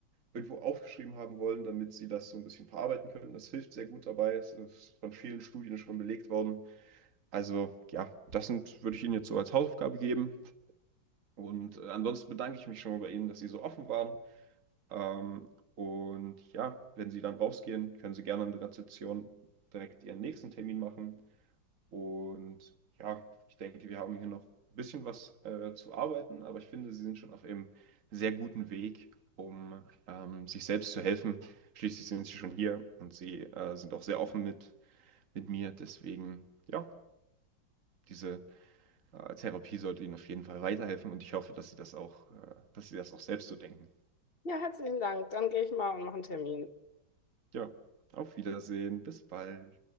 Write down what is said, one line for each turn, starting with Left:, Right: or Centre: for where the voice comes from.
Right: irgendwo aufgeschrieben haben wollen, damit sie das so ein bisschen verarbeiten können. Das hilft sehr gut dabei. Es ist von vielen Studien schon belegt worden. Also ja, das sind, würde ich Ihnen jetzt so als Hausaufgabe geben. Und äh, ansonsten bedanke ich mich schon mal bei Ihnen, dass Sie so offen waren. Ähm, und ja, wenn Sie dann rausgehen, können Sie gerne an der Rezeption direkt Ihren nächsten Termin machen. Und ja, ich denke, wir haben hier noch ein bisschen was äh, zu arbeiten, aber ich finde, sie sind schon auf einem sehr guten Weg, um ähm, sich selbst zu helfen. Schließlich sind sie schon hier und sie äh, sind auch sehr offen mit, mit mir. Deswegen, ja, diese äh, Therapie sollte ihnen auf jeden Fall weiterhelfen und ich hoffe, dass sie das auch, äh, dass sie das auch selbst so denken.
Left: Ja, herzlichen Dank. Dann gehe ich mal und mache einen Termin.
Right: Ja, auf Wiedersehen, bis bald.